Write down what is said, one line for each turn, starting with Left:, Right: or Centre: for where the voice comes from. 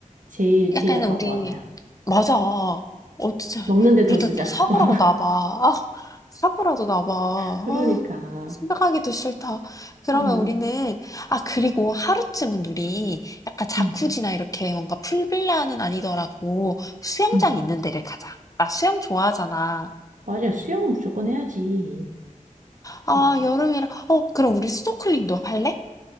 Right: 제일, 제일
Left: 약간
Right: 아까운
Left: 우리,
Right: 것 같아.
Left: 맞아. 어, 진짜.
Right: 먹는데
Left: 그러다
Right: 돈 쓰자.
Left: 또 사고라고
Right: <laughs>
Left: 나봐. 아, 사고라도 나봐. 아,
Right: 그러니까,
Left: 생각하기도 싫다. 그러면
Right: 어,
Left: 우리는, 아, 그리고 하루쯤은 우리 약간 자쿠지나
Right: 음,
Left: 이렇게 뭔가 풀빌라는 아니더라고 수영장
Right: 음.
Left: 있는 데를 가자. 나 수영 좋아하잖아.
Right: 맞아. 수영은 무조건 해야지.
Left: 아
Right: 예.
Left: 여름이라 어 그럼 우리 스노클링도 할래?